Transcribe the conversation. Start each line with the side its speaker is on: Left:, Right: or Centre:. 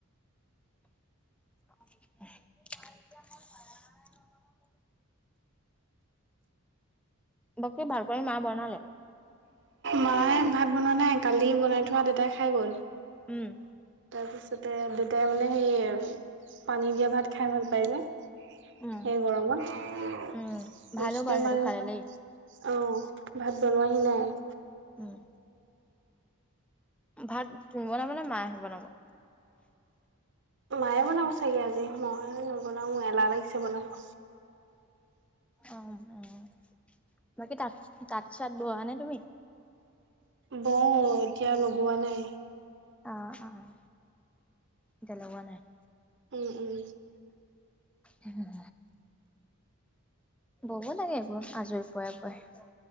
Centre: <inaudible> বাকি ভাত পানী মায়ে বনালে ।
Right: মায়ে ভাত বনোৱা নাই কালি বনাই থোৱা দেউতাই খাই গ'ল ।
Centre: উম।
Right: তাৰপিছতে দেউতাই মানে সেই পানী দিয়া ভাত খাই ভাল পায় যে ।
Centre: উম
Right: সেই গৰমত তাৰপিছতে
Centre: উম ভালো বাৰু
Right: মানে
Centre: সেইটো খালে দেই
Right: অহ। ভাত বনোৱাহি নাই।
Centre: উম ভাত তুমি বনাব নে মায়ে আহি বনাব ।
Right: মায়ে বনাব চাগে আজি মই নবনাও এলাহ লাগিছে বনাব ।
Centre: অহ অহ বাকী তাত তাঁত চাত বোৱা নে তুমি?
Right: বহুত এতিয়া লগোৱা নাই।
Centre: অহ অহ এতিয়া লগোৱা নাই ।
Right: উম, উম।
Centre: উম। বব লাগে এইবোৰ আজৰি পৰাই পৰাই ।